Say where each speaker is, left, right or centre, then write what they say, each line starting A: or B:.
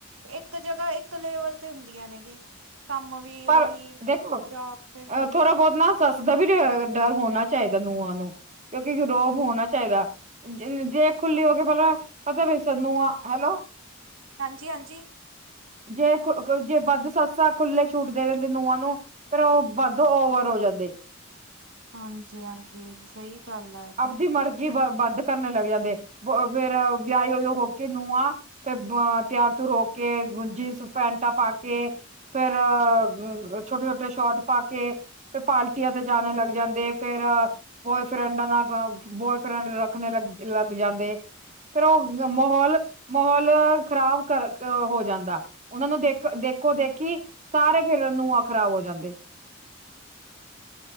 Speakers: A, on the right; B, on the right.
A: ਇੱਕ ਜਗ੍ਹਾ ਇੱਕ ਲੇਵਲ ਤੇ ਹੁੰਦੀਆਂ ਨੇ ਗਏ ਕੰਮ ਵੀ
B: ਪਰ
A: ਉਹੀ
B: ਦੇਖੋ
A: ਜੋਬ ਤੇ ਵੀ ਹੁੰਦੀਆਂ
B: ਥੋੜਾ ਬਹੁਤ
A: ਨੇ।
B: ਨਾ ਸੱਸ ਦਾ ਵੀ ਡਰ ਹੋਣਾ ਚਾਹੀਦਾ ਨ ਨੂੰਹਾਂ ਨੂੰ ਕਿਉਂਕਿ ਰੋਬ ਹੋਣਾ ਚਾਹੀਦਾ ਜੇ ਖੁੱਲੀ ਹੋਗੇ ਪਹਿਲਾਂ ਪਤਾ ਵੀ ਸਾਨੂੰ ਹੈਲੋ
A: ਹਾਂਜੀ - ਹਾਂਜੀ।
B: ਜੇ ਜੇ ਵੱਧ ਸੱਸ ਸੱਸ ਖੁੱਲੇ ਛੂਟ ਦੇਵੈ ਨੂਹਾਂ ਨੂੰ ਫੇਰ ਉਹ ਵੱਧ ਓਵਰ ਹੋ ਜਾਂਦੇ।
A: ਹਾਂਜੀ - ਹਾਂਜੀ ਸਹੀ। ਗੱਲ ਆ ਇਹ
B: ਆਪਦੀ
A: ਤਾਂ
B: ਮਰਜ਼ੀ ਬ ਬੰਦ ਕਰਨ ਲੱਗ ਜਾਂਦੇ ਫੇਰ ਵਿਆਹੇ ਹੋ ਹੋ ਕੇ ਨ ਨੂੰਹਾਂ ਫੇਰ ਤਿਆਰ ਤੀਓਰ ਹੋਕੇ ਜੀਨਸ ਪੈਂਟਾਂ ਪਾ ਕੇ ਫੇਰ ਛੋਟੇ ਛੋਟੇ ਸ਼ੋਟ ਪਾ ਕੇ ਫਿਰ ਪਾਰਟੀਆਂ ਤੇ ਜਾਣੇ ਲੱਗ ਜਾਂਦੇ ਫੇਰ ਬੋਏਫਰੈਂਡਾਂ ਨਾਲ ਬੋਏਫਰੈਂਡ ਰੱਖਣੇ ਲੱਗ ਜਾਂਦੇ। ਫਿਰ ਉਹ ਮਾਹੌਲ - ਮਾਹੌਲ ਖ਼ਰਾਬ ਕਰ ਹੋ ਜਾਂਦਾ। ਉਹਨਾਂ ਨੂੰ ਦੇਖ ਦੇਖੋ ਦੇਖੀ ਸਾਰੇ ਫਿਰ ਨੂੰਹ ਖਰਾਬ ਹੋ ਜਾਂਦੇ